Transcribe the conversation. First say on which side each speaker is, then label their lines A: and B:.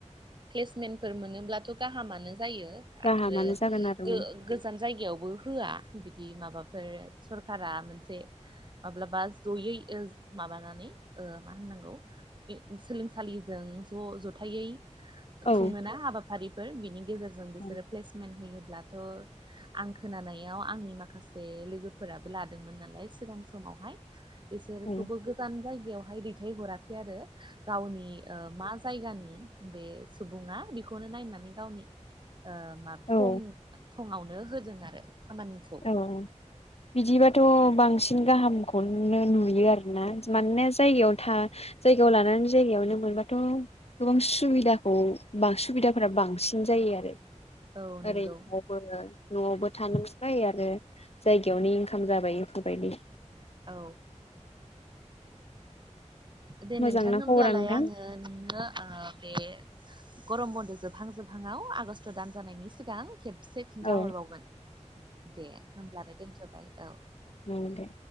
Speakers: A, on the right; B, on the left.
A: प्लेसमेन्टफोर मोनोब्लाथ' गाहामानो जायो
B: राहा
A: आरो
B: मानो जागोन आरो
A: गो गोजान जायगायावबो होआ बिदि माबाफोर सरखारा मोनसे माब्लाबा जयै ओ माबानानै ओ मा होननांगौ। सोलोंसालिजों ज' ज'थायै
B: औ
A: खुङोना हाबाफारिफोर बिनि गेजेरजों बिसोरो
B: औ
A: प्लेसमेन्ट होयोब्लाथ' आं खोनानायाव आंनि माखासे लोगोफोराबो लादोंमोन नालाय सिगां समावहाय बिसोरखौबो
B: औ
A: गोजान जायगायावहाय दैथायहराखै आरो गावनि ओ मा जायगानि बे सुबुङा बेखौनो नायनानै गावनि ओ मा
B: औ
A: थं फङावनो होदों आरो खामानिखौ।
B: उम बिदिबाथ' बांसिन गाहामखौनो नुयो आरोना मानोना जायगायाव था जायगायाव लानानै जायगायावनो मोनबाथ' गोबां सुबिदाखौ सुबिदाफोरा बांसिन जायो आरो
A: औ नंगौ
B: ओरै <unintelligible> न'आवबो थानो ओफ्राय आरो जायगायावनो इनकाम जाबाय इफोरबायदि
A: औ दे नोंथां
B: मोजांना
A: होनोमब्लालाय
B: खबरा नोंथां
A: आङो नोंनो ओ बे गरम बन्द' जोबहां जोबहांआव आगष्टा दान जानायनि सिगां खेबसे। खिन्था
B: औ
A: हरबावगोन दे होमब्लाललाय दोनथ'बाय औ
B: उम दे।